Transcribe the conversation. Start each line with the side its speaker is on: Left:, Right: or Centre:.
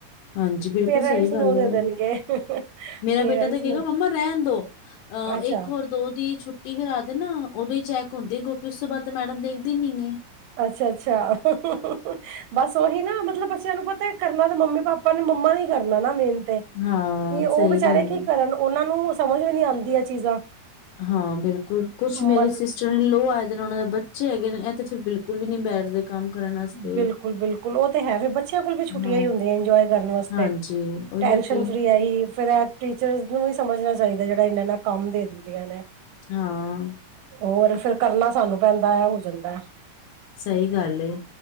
Left: ਹਾਂਜੀ, ਬਿਲਕੁਲ
Right: ਪੇਰੈਂਟਸ
Left: ਸਈ ਗੱਲ
Right: ਨੂੰ
Left: ਏ।
Right: ਦੇ ਦੇਣਗੇ
Left: ਮੇਰਾ
Right: ਪੇਰੈਂਟਸ
Left: ਬੇਟਾ ਤੇ ਕਹੇਗਾ
Right: ਨੂੰ
Left: ਮੰਮਾ ਰੈਨ ਦੋ। ਅ
Right: ਅੱਛਾ
Left: ਏਕ ਹੋਰ ਦੋ ਦੀ ਛੁੱਟੀ ਕਰਾ ਦੇ ਨਾ। ਓਦੋ ਈ ਚੈੱਕ ਹੁੰਦੀ ਆ, ਉਸ ਤੋਂ ਬਾਅਦ ਤਾਂ ਮੈਡਮ ਦੇਖਦੀ ਨੀ ਏ।
Right: ਅੱਛਾ, ਅੱਛਾ <unintelligible> ਬਸ ਓਹੀ ਨਾ ਮਤਲਬ ਬੱਚਿਆਂ ਨੂੰ ਪਤਾ ਕਰਨਾ ਤਾਂ ਮੰਮੀ-ਪਾਪਾ ਮੰਮਾ ਨੇ ਈ ਕਰਨਾ ਨਾ ਮੇਨ ਤੇ, ਕਿ
Left: ਹਾਂ
Right: ਓ
Left: ਸਹੀ
Right: ਵਿਚਾਰੇ
Left: ਗੱਲ
Right: ਕੀ
Left: ਹੈ
Right: ਕਰਨ ਓਨਾਂ ਨੂੰ ਸਮਝ ਵੀ ਨੀ ਆਂਦੀ ਐ ਚੀਜ਼ਾਂ
Left: ਹਾਂ, ਬਿਲਕੁਲ, ਕੁਛ
Right: ਮ
Left: ਮੇਰੇ ਸਿਸਟਰ-ਈਨ-ਲੋ ਆਏ ਦੇ ਨੇ, ਓਨਾਂ ਦਾ ਬੱਚੇ ਹੈਗੇ ਨੇ, ਐ ਤੇ ਫੇਰ ਬਿਲਕੁਲ ਵੀ ਨੀ ਬੈਠਦੇ। ਕੰਮ ਕਰਨ ਵਾਸਤੇ
Right: ਬਿਲਕੁਲ, ਬਿਲਕੁਲ ਓ ਤੇ ਹੈ ਫੇਰ ਬੱਚਿਆਂ ਕੋਲ ਵੀ ਛੁੱਟੀਆਂ
Left: ਹਾਂ।
Right: ਹੀ ਹੁੰਦੀ ਆ ਇੰਜੋਏ ਕਰਨ ਵਾਸਤੇ
Left: ਹਾਂਜੀ ਉਹੀਓ
Right: ਟੈਨਸ਼ਨ
Left: ਤੇ
Right: ਫਰੀ ਐ ਹੀ ਫੇਰ ਐ ਟੀਚਰਸ ਨੂੰ ਵੀ ਸਮਝਨਾ ਚਾਹੀਦਾ। ਏਨਾ-ਏਨਾ ਕੰਮ ਦੇ ਦਿੰਦੀਆਂ ਨੇ
Left: ਹਾਂ
Right: ਹੋਰ ਫੇਰ ਕਰਨਾ ਸਾਨੂੰ ਪੈਂਦਾ ਐ ਹੋ ਜਾਂਦਾ।
Left: ਸਹੀ ਗੱਲ ਏ‌।